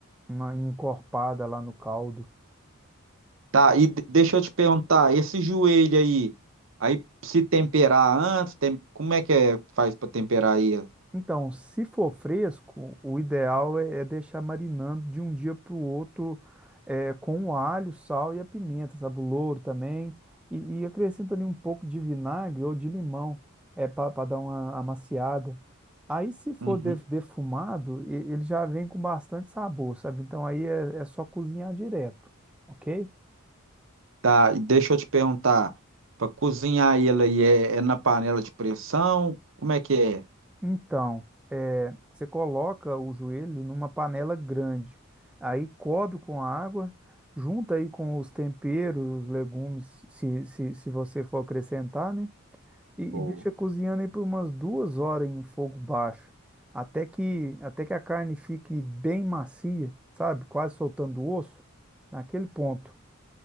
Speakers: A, in the centre; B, on the right.
A: uma encorpada lá no caldo.
B: Tá, e de- deixa eu te perguntar, esse joelho aí, aí se temperar antes, tem- como é que é, faz para temperar ele?
A: Então, se for fresco, o ideal é, é deixar marinando de um dia para o outro é, com o alho, sal e a pimenta, sabe? O louro também. E, e acrescenta ali um pouco de vinagre ou de limão é, para dar uma amaciada. Aí, se for
B: Uhum.
A: def- defumado, e- ele já vem com bastante sabor, sabe? Então, aí é, é só cozinhar direto, ok?
B: Tá, e deixa eu te perguntar, para cozinhar ele aí é, é na panela de pressão? Como é que é?
A: Então, é, você coloca o joelho numa panela grande, aí cobre com água, junta aí com os temperos, os legumes, se, se, se você for acrescentar, né? E, e
B: Pô,
A: deixa cozinhando aí por umas duas horas em fogo baixo, até que, até que a carne fique bem macia, sabe? Quase soltando o osso, naquele ponto.